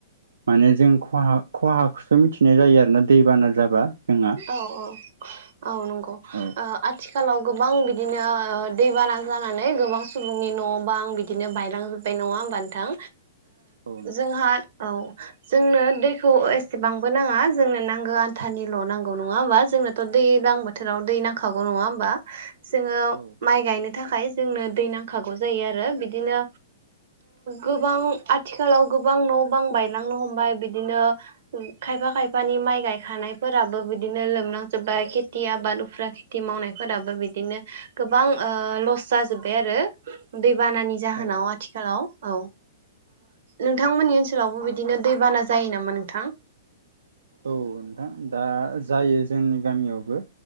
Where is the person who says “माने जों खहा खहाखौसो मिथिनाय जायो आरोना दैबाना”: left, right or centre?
Right